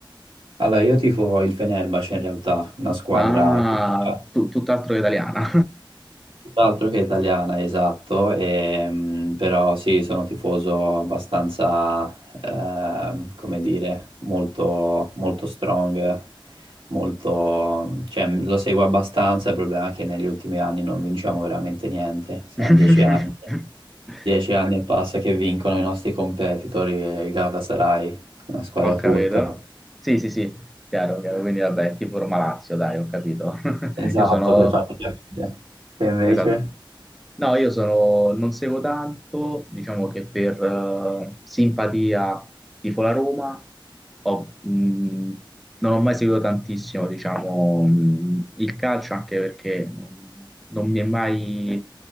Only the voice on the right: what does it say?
Allora, io tifo il Fenerbahce in realtà, una squadra
turca
Tutt'altro che italiana, esatto, ehm, però sì, sono tifoso abbastanza, ehm, come dire, molto, molto strong, molto, cioè, lo seguo abbastanza, il problema è che negli ultimi anni non vinciamo veramente niente, saranno
dieci anni, dieci anni e passa che vincono i nostri competitor, il Galatasaray, una squadra
turca.
Esatto,
per farti capire. E invece?